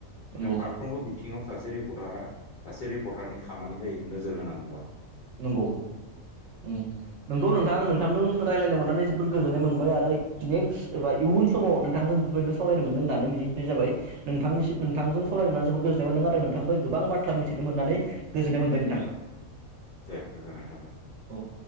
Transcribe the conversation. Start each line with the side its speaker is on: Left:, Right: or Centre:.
Right: नंगौ
Left: ओ फारफ्रोमबो बिथिङाव सासे रिपर्टारा सासे रिपर्टारनि खामानि जायो नोजोर होनां गौआ।
Right: नंगौ उम नोंगौ नोंथां नोंथांदों रायलायनो मोननानै जोबोर गोजोननाय मोनबाय आरो नेक्स्ट एबा इयुन समाव नोंथांजों बेफोरबायदिनो सावरायनो मोनगोन होननानै मिजिंथिनाय जाबाय नोंथांनिसि नोंथांजों सावरायनो मोनना जोबोद गोजोननाय मोनदों। आरो नोंथांनिफ्राय गोबां बाथ्रा मिथिनो मोननानै गोजोननाय मोनबाय। नों थां
Left: औ दे गोजोननाय थाबाय
Right: औ।